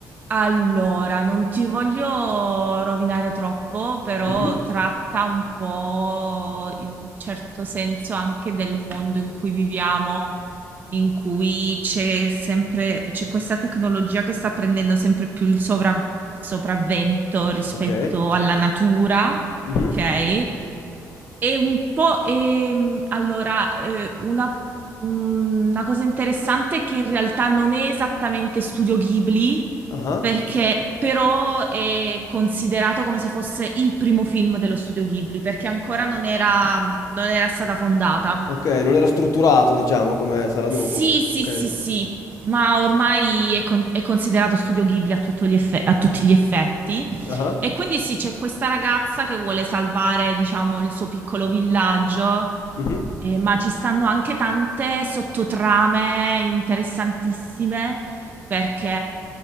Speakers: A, on the right (about 30°); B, on the left (about 65°).
A: Allora, non ti voglio rovinare troppo, però
B: Mhm,
A: tratta un po' in un certo senso anche del mondo in cui viviamo, in cui c'è sempre, c'è questa tecnologia che sta prendendo sempre più il sovra- sopravvento rispetto
B: Ok.
A: alla natura,
B: Mhm,
A: ok? È un po', ehm, allora, eh, una, una cosa interessante è che in realtà non è esattamente studio Ghibli,
B: aha,
A: perché però è considerato come se fosse il primo film dello studio Ghibli, perché ancora non era, non era stata fondata.
B: Ok, non era strutturato, diciamo, come sarà dopo.
A: Sì, sì,
B: Ok.
A: sì, sì, ma ormai è, con- è considerato studio Ghibli a, tutto gli effe- a tutti gli effetti.
B: Ah.
A: E quindi sì, c'è questa ragazza che vuole salvare, diciamo, il suo piccolo villaggio,
B: mhm,
A: eh, ma ci stanno anche tante sottotrame interessantissime perché